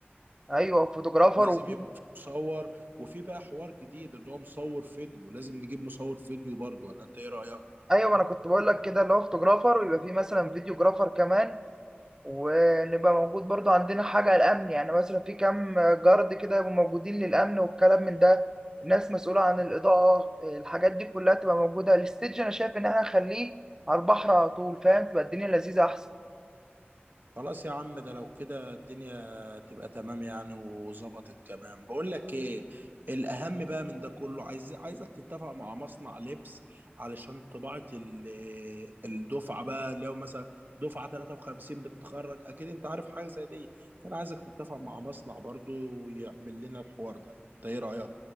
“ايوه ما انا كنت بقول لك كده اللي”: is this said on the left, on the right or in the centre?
Right